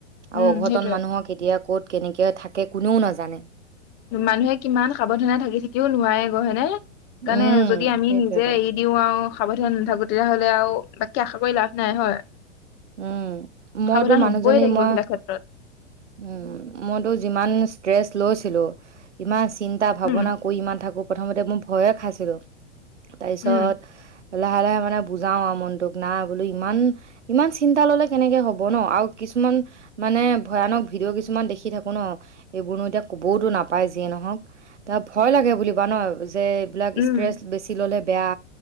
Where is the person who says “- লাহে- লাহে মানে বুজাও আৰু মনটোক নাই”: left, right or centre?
Right